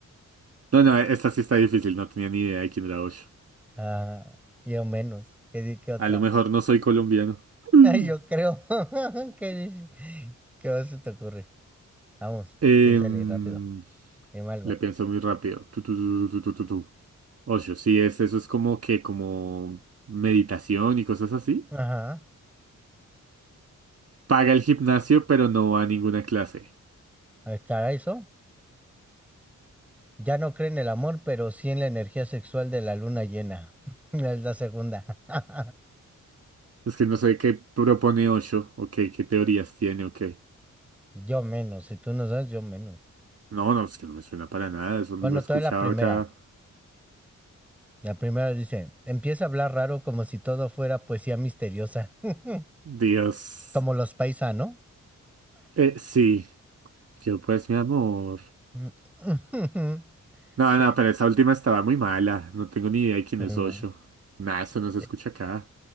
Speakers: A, on the right; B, in the centre.
A: No, no, esta sí está difícil, no tenía ni idea de quién era Osho.
B: Ah, yo menos. ¿Qué, di- qué otra?
A: A lo mejor no soy colombiano.
B: <laughs>
A: Mm.
B: Ay, yo creo. <laughs> ¿Qué, qué más se te ocurre? Vamos,
A: Em,
B: piénsale rápido. Dime algo.
A: le pienso muy rápido. Tu, tu, tu, tu, tu, tu, tu, tu. Osho, sí, es, eso es como que, como meditación y cosas así.
B: Ajá.
A: Paga el gimnasio, pero no va a ninguna clase.
B: Ahí está eso. Ya no cree en el amor, pero sí en la energía sexual de la luna llena. <laughs> Es la segunda. <laughs>
A: Es que no sé qué propone Osho, ok, qué teorías tiene, ok.
B: Yo menos. Si tú no sabes, yo menos.
A: No, no, es que no me suena para nada, eso lo
B: Bueno,
A: he escuchado
B: toda la primera.
A: acá.
B: La primera dice, empieza a hablar raro como si todo fuera poesía misteriosa. <laughs>
A: Dios.
B: Como los paisanos.
A: Eh, sí, yo pues mi amor.
B: <laughs>
A: No,
B: Sí.
A: no, pero esa última estaba muy mala, no tengo ni idea de quién
B: No.
A: es Osho. Nada, eso no se
B: Sí.
A: escucha acá.